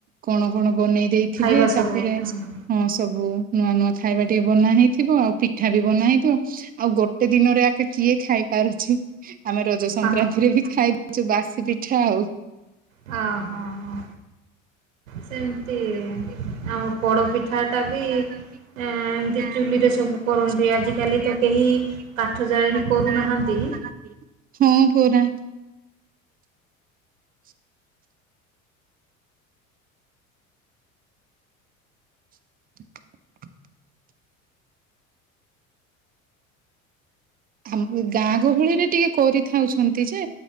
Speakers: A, on the right; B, on the right.
A: କଣ କଣ ବନେଇ ଦେଇଥିବେ
B: ଖାଇବା ସବୁ
A: ତାପରେ
B: ହୁଁ।
A: ହଁ ସବୁ ନୂଆ ନୂଆ ଖାଇବା ଟିକେ ବନା ହେଇଥିବ ଆଉ ପିଠା ବି ବନା ହେଇଥିବ ଆଉ ଗୋଟେ ଦିନରେ ଆଗ କିଏ ଖାଇ ପାରୁଛି ଆମେ ରଜ ସଂକ୍ରାନ୍ତିରେ
B: ହଁ ହଁ
A: ବି ଖାଇଦଉଛୁ ବାସ ପିଠା ଆଉ
B: ହ ହୋ ହଁ ସେମିତି
A: ସେମତି
B: ଆମ ପୋଡ଼ପିଠାଟା
A: ଆ ପିଠା ବି କର
B: ଏମିତି
A: ଆା
B: ଚୁଲିରେ
A: କେଠୁହାନ୍ତିଁ
B: ସବୁ କରନ୍ତି ଆଜିକାଲି ତ କେହି କାଠ ଜାଳେଣୀ କରୁନାହାନ୍ତି।
A: <unintelligible> <unintelligible> ଆମ ଗାଁ ଗହଳିରେ ଟିକେ କରିଥାଉଛନ୍ତି ଯେ